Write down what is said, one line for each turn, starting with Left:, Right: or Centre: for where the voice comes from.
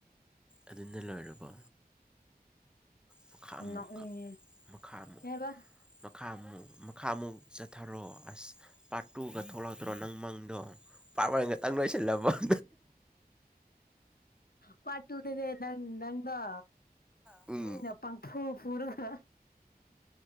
Centre: ꯑꯗꯨꯅ ꯂꯣꯏꯔꯕꯣ ꯃꯈꯥ ꯑꯃꯨꯛ
Left: ꯅꯅꯤ
Centre: ꯃꯈꯥ ꯑꯃꯨꯛ
Left: ꯍꯦꯕ
Centre: ꯃꯈꯥ ꯑꯃꯨꯛ ꯃꯈꯥ ꯑꯃꯨꯛ ꯆꯠꯊꯔꯣ ꯑꯁ ꯄꯥꯔꯠ ꯇꯨꯒ ꯊꯣꯛꯂꯥꯎꯗ꯭ꯔꯣ ꯅꯪ ꯃꯪꯗꯣ ꯄꯥꯔꯠ ꯋꯥꯟꯒ ꯇꯪ ꯂꯣꯏꯁꯤꯜꯂꯕꯪ
Left: ꯄꯥꯠ ꯇꯨꯗꯥꯅꯦ ꯅꯪ ꯅꯪꯅ
Centre: ꯎꯝ
Left: ꯃꯤꯅ ꯄꯥꯡꯊꯣꯛ ꯄꯨꯔꯒ